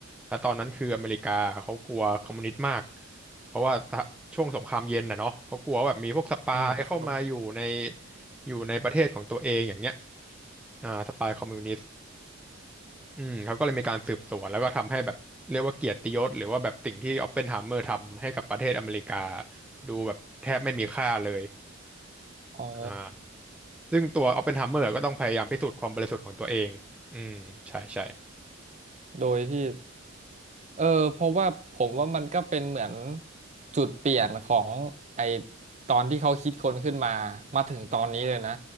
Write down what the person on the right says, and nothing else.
อืมครับ
อ๋อ
โดยที่เออเพราะว่าผมว่ามันก็เป็นเหมือนจุดเปลี่ยนของไอตอนที่เขาคิดค้นขึ้นมามาถึงตอนนี้เลยนะ